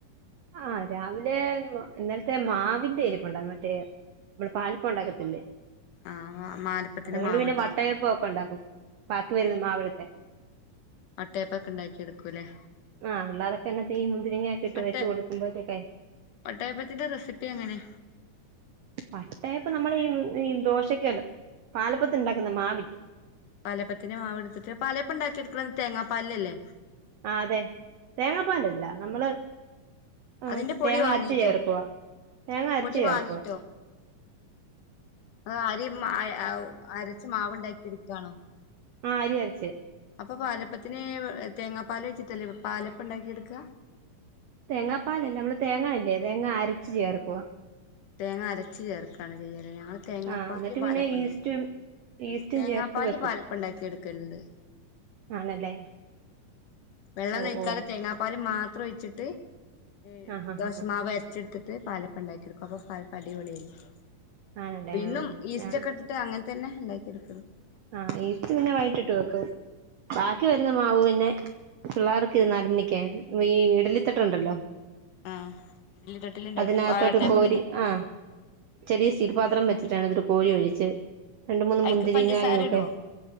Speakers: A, on the right; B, on the left.
A: ആഹ് രാവിലെ മ ഇന്നലത്തെ മാവിന്റെ ഇരിപ്പോണ്ടാര്ന്ന് മറ്റേ നമ്മള് പാലപ്പം ഒണ്ടാക്കത്തില്ലേ?
B: ആ മാലപ്പത്തിന്റെ
A: അത് കൊണ്ട്
B: മാവുണ്ടോ
A: പിന്നെ വട്ടയപ്പക്കെ ഒണ്ടാക്കും. ബാക്കിവര്ന്ന മാവെടുത്തെ.
B: വട്ടയപ്പക്കെ ഒണ്ടാക്കി എട്ക്കൂലേ?
A: ആഹ് പിള്ളോരൊക്കെ എന്നെത്തെയും മുന്തിരിങ്ങൊക്കെ ഇട്ട്
B: വട്ട
A: വെച്ചു കൊടുക്കുമ്പോഴത്തൊക്കെ,
B: വട്ടയപ്പത്തിന്റെ റെസിപ്പി എങ്ങനെ?
A: വട്ടയപം നമ്മളീ ഉം ഈ ദോശക്കല്ലോ പാലപ്പത്തിന് ഇണ്ടാക്കുന്ന മാവില്ലേ.
B: പാലപ്പത്തിന്റെ മാവ് ഇട്ത്തിട്ട്, പാലേപ്പം ഇണ്ടാക്കി എടുക്കണത് തേങ്ങാ പാലില ല്ലേ?
A: ആ അതെ തേങ്ങാപ്പാലിലല്ലാ നമ്മള്, ആഹ്
B: അതിന്റെ പൊടി
A: തേങ്ങ
B: വാങ്ങിട്ടോ
A: അരച്ച് ചേർക്കുവാ, തേങ്ങ അരച്ച്
B: പൊടി
A: ചേർക്കുവാ.
B: വാങ്ങിട്ടോ അ അരിം മായ്യാവും അരച്ച് മാവ് ഇണ്ടാക്കി ഇട്ക്കാണോ?
A: ആ അരിയരച്.
B: അപ്പൊ പാലപ്പത്തിന് തേങ്ങാപ്പാലോഴിച്ചിട്ടല്ലേ പാലപ്പം ഇണ്ടാക്കി എട്ക്ക.
A: തേങ്ങാപ്പാലല്ലാ നമ്മള് തേങ്ങ ഇല്ലേ തേങ്ങ അരച്ച് ചേർക്കുവ.
B: തേങ്ങ അരച്ച് ചേർക്കാണ് ചെയ്യലല്ലേ. ഞങ്ങള് തേങ്ങാപ്പാലില്
A: ആ എന്നിട്ട്
B: പാലപ്പം
A: പിന്നെ ഈസ്റ്റും
B: ഇണ്ടാക്കും.
A: ഈസ്റ്റും
B: തേങ്ങാപ്പാലില്
A: ചേർത്ത് വെക്കും
B: പാലപ്പം ഇണ്ടാക്കി എടുക്കല്ണ്ട്.
A: ആണല്ലേ
B: വെള്ളന്നോഴിക്കാതെ
A: ഓ ഓ
B: തേങ്ങാപാല് മാത്രം ഒഴിച്ചിട്ട് എ
A: ആ ഹാ
B: ദോശമാവ്
A: ഹാ ഹാ
B: അര് ച്ച്ട്ത്തിട്ട് പാലപ്പണ്ടാക്കിയെടുക്കും. അപ്പോ പാലപ്പം അടിപൊളിയാരിക്കും.
A: ആണല്ലേ
B: വിന്നും
A: ആ
B: ഈസ്റ്റോക്കെട്ടിട്ട് അങ്ങൻ തന്നെ ഇണ്ടാക്കി എടുക്ക്ണ.
A: ആ ഈസ്റ്റ് പിന്നെ വൈയിട്ട് ഇട്ട് വെക്കും. ബാക്കി വെരുന്ന മാവു പിന്നെ പിള്ളാർക്കിത് നാല് മണിക്ക്യയ് വീ ഇഡലിതട്ടുണ്ടല്ലോ,
B: ആഹ് ഇഡ്ലി തട്ടില് ഉണ്ടാക്കി
A: അതിനകത്തോട്ട്
B: വാഴത്തേപ്പൊക്കെ
A: കോരി
B: ഉണ്ടാക്കി
A: ആഹ്, ചെറിയ സ്റ്റീൽ പാത്രം വെച്ചിട്ടാണ് ന്നിട്ട് കോരി ഒഴിച്ച് രണ്ട് മുന്ന്
B: അതിക്ക്
A: മുന്തിരിങ്ങായൊക്കെ,
B: പഞ്ചസാര ഇടുവോ